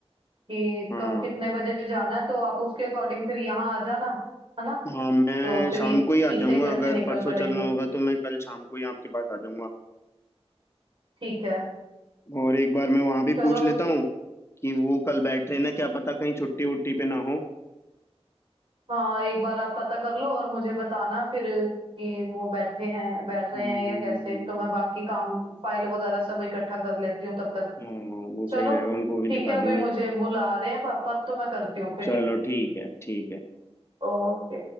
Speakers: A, on the right; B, on the left.
A: कि
B: हाँ
A: कब कितने बजे जाना है तो आप उसके अकॉर्डिंग फिर यहाँ आ जाना है ना
B: हाँ मैं
A: तो फिर
B: शाम
A: ये-
B: को ही आ
A: यहीं
B: जाऊंगा
A: से इकट्ठे
B: अगर
A: निकल
B: परसों
A: पड़ेंगे
B: चलना होगा तो मैं कल शाम को ही आपके पास आ जाऊंगा
A: ठीक है
B: और एक बार मैं वहां भी
A: चलो
B: पूछ लेता हूँ कि वो कल बैठ रहे ना क्या पता कहीं छुट्टी वुट्टी पे ना हो
A: हाँ एक बार आप पता कर लो और मुझे बताना फिर कि वो बैठे हैं बैठ रहे
B: हम्म
A: हैं या
B: हम्म
A: कैसे
B: हम्म,
A: तो मैं बाकी काम फाइल वगैरह सब इकट्ठा कर लेती हूँ तब तक
B: हम्म। हाँ वो
A: चलो
B: सही रहेगा उनको भी
A: ठीक
B: दिखा
A: है अभी
B: देंगे
A: मुझे बुला रहे हैं पापा तो मैं करती हूँ फिर
B: चलो
A: ठीक
B: ठीक है ठीक है
A: ओके